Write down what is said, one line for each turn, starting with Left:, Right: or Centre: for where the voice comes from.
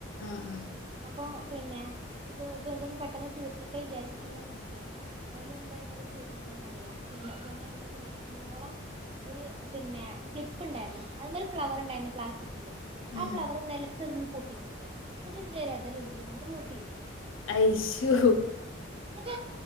Left: ആ ആ
Right: ഇപ്പ പിന്നെ ഇത് എന്തൊന്ന് പെട്ടെന്ന് തീർക്കട്ടെ വിചാരി ങ്ങൾ നോക്കായിരുന്നു അതിൽ എന്തോ ചെയ്തേക്കണേ എന്ന് അറിയാമോ പിന്നെ പിന്നെ എന്താ ചെയ്തച്ച മോള ഒരു പിന്നെ ക്ലിപ്പ് ഉണ്ടായിരുന്നു അതി മേലെ ഒരു ഫ്ലവർ ഉണ്ടായിരുന്നു പ്ലാസ്റ്റിക്കിന്റെ
Left: ഉം
Right: ആ ഫ്ലവർ നില തെറിഞ്ഞി പൊട്ടിച്ച് എന്നിട്ട് അതിന്റെ ഇതൾ എട് - എങ്ങാണ്ട് മൂക്കിലിട്ട്
Left: ഐശോ
Right: <inaudible>